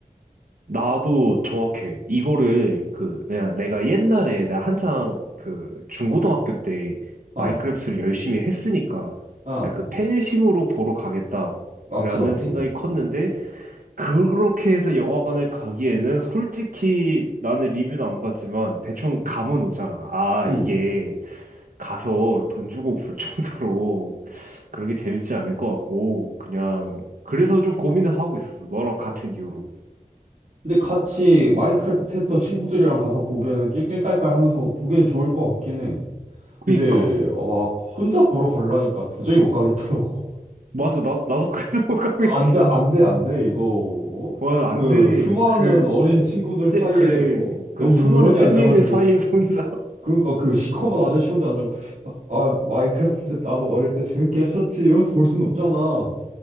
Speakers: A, on the right; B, on the right.
A: 나도 정확해. 이거를 그 내가 내가 옛날에 내가 한창 그 중고등학교 때
B: 아,
A: 마인크래프트를 열심히 했으니까
B: 아,
A: 그그 팬심으로 보러 가겠다라는
B: 맞지, 맞지.
A: 생각이 컸는데 그렇게 해서 영화관을 가기에는 솔직히 나는 리뷰는 안 봤지만 대충 감은 오잖아. 아,
B: 응.
A: 이게 가서 돈 주고 볼 <laughs> 정도로 그렇게 재밌지 않을 것 같고 그냥 그래서 좀 고민을 하고 있었어. 너랑 같은 이유로.
B: 근데 같이 마인크래프트 했던 친구들이랑 가서 보기에는 낄낄깔깔 하면서 보기엔 좋을 것 같긴 해.
A: 그니까.
B: 근데 어, 막 혼자 보러 가려니까 도저히 못 가겠더라고.
A: 맞아, 나, 나도 그래 생못가고
B: <laughs> 안
A: <laughs> 있어.
B: 돼, 안 돼, 안 돼, 이거. 어?
A: 맞아, 안
B: 그
A: 돼.
B: 수많은
A: 그,
B: 어린 친구들 사이에
A: 찌, 그래.
B: 어?
A: 그
B: 덩그러니
A: 수많은 찐밀들
B: 앉아가지고
A: 사이에서 혼자. <laughs>
B: 그러니까 그 시커먼 아저씨 혼자 앉아가 아 마인크래프트 나도 어릴 때 재밌게 했었지 이러면서 볼 순 없잖아.